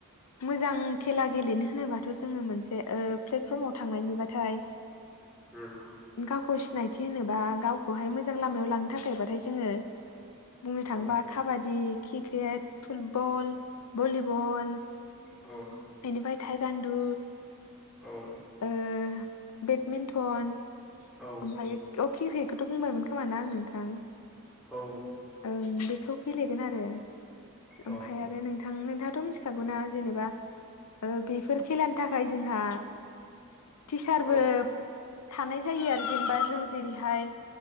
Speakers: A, on the left (about 80°); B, in the centre.
A: मोजां खेला गेलेनो होनोबाथ' जोङो मोनसे ओ प्लेटफर्माव थांनायनिबाथाय
B: उम
A: गावखौ सिनायथ थि होनोबा गावखौहाय मोजां लामायाव लांनो थाखायबाथाय जोङो बुंनो थाङोबा
B: औ
A: काबादि। क्रिकेत। फुटबल। भलिबल।
B: औ
A: बेनिफाय थाइ गान्दु
B: औ
A: ओ बेडमिन्टन।
B: औ
A: ओमफायो ओ क्रिकेट। खौथ' बुंबायमोन खोमा ना आं नोंथां?
B: औ
A: ओं बेखौ गेलेगोन आर रो।
B: औ
A: ओमफाय आरो नोंथां नोंथाङा थ' मिथिखागौ ना जेनेबा-' ओ बेफोर खेलानि थाखाय जोंहा टिचारबो
B: औ
A: थानाय जायो आरो जेनेबा जों जेरैहाय